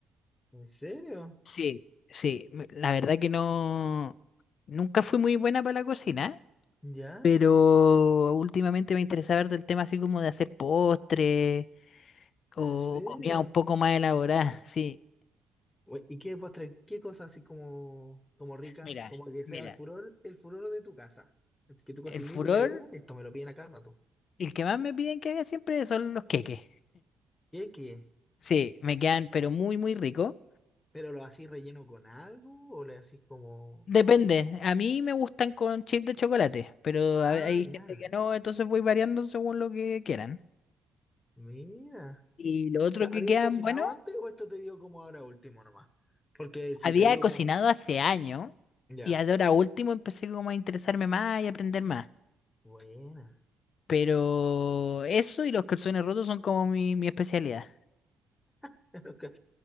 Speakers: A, on the left; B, on the left.
A: ¿En serio?
B: Sí, sí, me- la verdad que no, nunca fui muy buena para la cocina,
A: ¿Ya?
B: pero últimamente me interesaba ver del tema así como de hacer postres o
A: ¿En serio?
B: comida un poco más elaborada, sí.
A: Ue- ¿Y qué postre, qué cosa así como, como rica,
B: Mira,
A: como que sea
B: mira,
A: el furor, el furor de tu casa? Es que tu cocinito
B: el furor,
A: y que, oh, esto me lo piden a cada rato.
B: el que más me piden que haga siempre son los queques.
A: ¿Qué, qué?
B: Sí, me quedan pero muy, muy rico.
A: ¿Pero lo hacís relleno con algo o le hacís como...
B: Depende, a mí me gustan con chip de chocolate, pero
A: Ah,
B: a- hay
A: ya,
B: gente que no, entonces voy variando según lo que quieran.
A: mira.
B: Y lo otro
A: ¿Pero
B: que
A: ¿Habías
B: quedan,
A: cocinado
B: bueno.
A: antes o esto te dio como ahora último nomás? Porque si
B: Había
A: te dio
B: cocinado
A: como...
B: hace años
A: Ya,
B: y ahora último empecé como a interesarme más y aprender más.
A: buena.
B: Pero eso y los calzones rotos son como mi, mi especialidad.
A: <laughs> Los Ca-